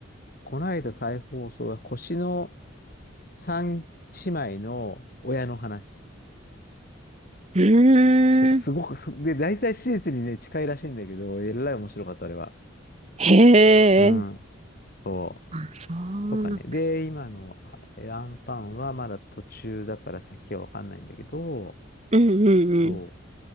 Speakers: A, on the left; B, on the right.
A: この間再放送は、腰の三姉妹の親の話。
B: うーん。
A: そう、すごくす、で、大体史実にね、近いらしいんだけど、えらい面白かった、あれは。
B: へえ。
A: うん、そ
B: あ、そうな。
A: う。とかね。で、今のえアンパンはまだ途中だから先はわかんないんだけど、
B: うんうんうん。
A: そう、